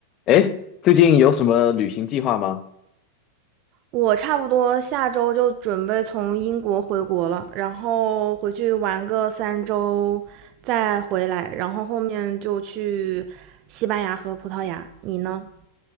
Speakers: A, on the left; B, on the right.
A: 哎，最近有什么旅行计划吗？
B: 我差不多下周就准备从英国回国了，然后回去玩个三周，再回来，然后后面就去西班牙和葡萄牙。你呢？